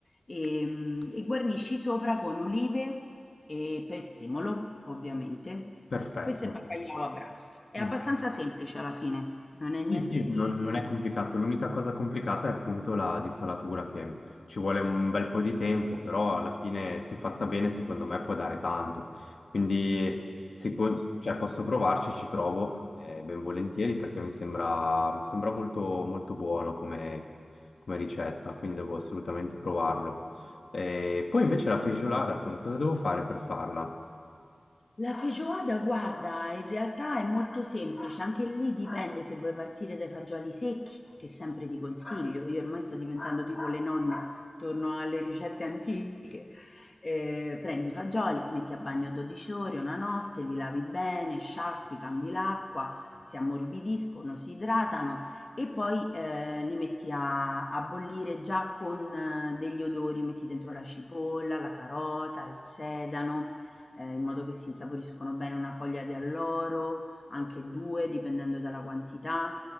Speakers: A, on the left; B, on the left.
A: ehm, e guarnisci sopra con olive e prezzemolo, ovviamente.
B: Perfetto.
A: Questo è bacalhau à Brás. È
B: Mm.
A: abbastanza semplice alla fine, non è niente
B: Sì, sì,
A: di
B: non, non è complicato. L'unica cosa complicata è appunto la dissalatura, che ci vuole un bel po' di tempo, però alla fine, se fatta bene, secondo me può dare tanto. Quindi, sicu- cioè, posso provarci, ci provo, eh, ben volentieri, perché mi sembra, mi sembra molto, molto buono come, come ricetta, quindi devo assolutamente provarlo. E poi invece la feigiolada, come- cosa devo fare per farla?
A: La feijoada guarda, in realtà è molto semplice, anche lì dipende se vuoi partire dai fagioli secchi, che sempre ti consiglio. Io ormai sto diventando tipo le nonne, torno alle ricette antiche. Eh, prendi i fagioli, metti a bagno 12 ore, una notte, li lavi bene, sciacqui, cambi l'acqua, si ammorbidiscono, si idratano e poi eh, li metti a, a bollire già con eh, degli odori, metti dentro la cipolla, la carota, il sedano eh, in modo che si insaporiscono bene una foglia di alloro, anche due, dipendendo dalla quantità,